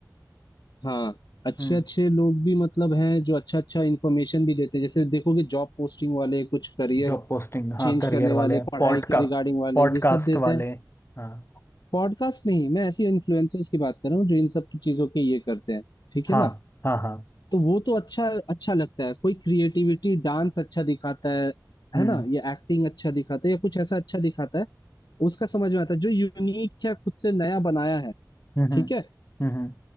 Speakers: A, on the left; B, on the left.
A: हाँ अच्छे
B: हम्म
A: अच्छे लोग भी मतलब हैं जो अच्छा अच्छा इंफॉर्मेशन भी देते हैं जैसे देखोगे जॉब पोस्टिंग वाले कुछ करियर
B: जॉब पोस्टिंग हाँ
A: चेंज
B: करियर
A: करने
B: वाले
A: वाले पढ़ाई
B: पॉडका
A: के रिगार्डिंग वाले
B: पॉडकास्ट
A: ये सब देते
B: वाले
A: हैं
B: हाँ
A: पॉडकास्ट नहीं मैं ऐसे इन्फ्लुएंसर्स की बात कर रहा हूँ जो इन सब की चीजों के ये करते हैं ठीक
B: हाँ
A: है ना
B: हाँ हाँ
A: तो वो तो अच्छा अच्छा लगता है कोई क्रिएटिविटी डांस अच्छा दिखाता है
B: हम्म
A: है ना या एक्टिंग अच्छा दिखाता है या कुछ ऐसा अच्छा दिखाता है उसका समझ में आता है जो यूनिक या खुद से नया बनाया है
B: हम्म हम्म
A: ठीक है
B: हम्म, हम्म,